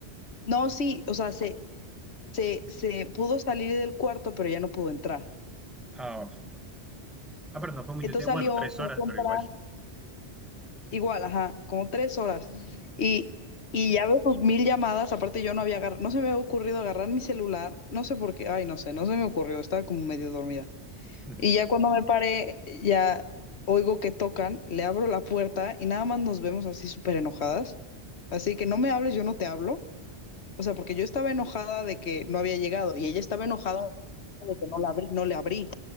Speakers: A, on the left; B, in the centre.
A: No, sí, o sea, se, se, se pudo salir del cuarto, pero ya no pudo entrar.
B: Ah, ah, pero no fue mucho
A: Entonces
B: tiempo.
A: salió,
B: Bueno, tres
A: fue
B: horas,
A: a comprar
B: pero igual.
A: Igual, ajá, como tres horas. Y, y ya veo sus mil llamadas, aparte yo no había agarrado, no se me había ocurrido agarrar mi celular, no sé por qué, ay, no sé, no se me ocurrió, estaba como medio dormida.
B: <laughs>
A: Y ya cuando me paré, ya oigo que tocan, le abro la puerta y nada más nos vemos así súper enojadas. Así que no me hables, yo no te hablo. O sea, porque yo estaba enojada de que no había llegado y ella estaba enojada de que no la abrí, no le abrí.